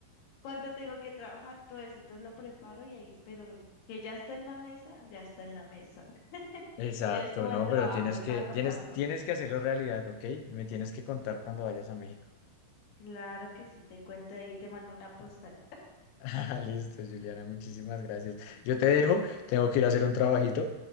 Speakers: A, on the left; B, on the left.
A: cuánto tengo que trabajar, todo eso, entonces lo preparo y ahí, pero que ya está en la mesa, ya está en la mesa,
B: Exacto,
A: ya es como
B: no,
A: el trabajo,
B: pero tienes
A: el
B: que,
A: paso
B: tienes,
A: a paso.
B: tienes que hacerlo realidad, ¿ok? Y me tienes que contar cuando vayas a México.
A: Claro que sí, te cuento ahí, te mando una postal.
B: <laughs> Ah, Listo, Juliana, muchísimas gracias. Yo te dejo, tengo que ir a hacer un trabajito,